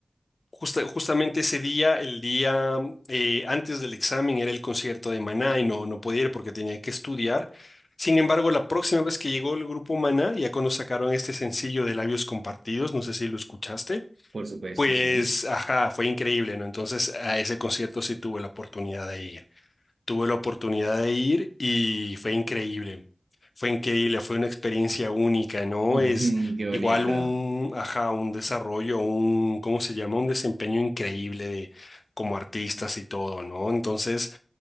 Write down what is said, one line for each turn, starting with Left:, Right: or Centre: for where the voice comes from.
Left: Justa- justamente ese día, el día eh, antes del examen, era el concierto de Maná y no, no podía ir porque tenía que estudiar. Sin embargo, la próxima vez que llegó el grupo Maná, ya cuando sacaron este sencillo de Labios Compartidos, no sé si lo escuchaste,
Right: Por supuesto,
Left: pues,
Right: sí.
Left: ajá, fue increíble, ¿no? Entonces, a ese concierto sí tuve la oportunidad de ir. Tuve la oportunidad de ir y fue increíble. Fue increíble, fue una experiencia única, ¿no?
Right: Ujú,
Left: Es
Right: Qué
Left: igual
Right: bonito.
Left: un, ajá, un desarrollo, un, ¿cómo se llama? Un desempeño increíble de como artistas y todo, ¿no? Entonces,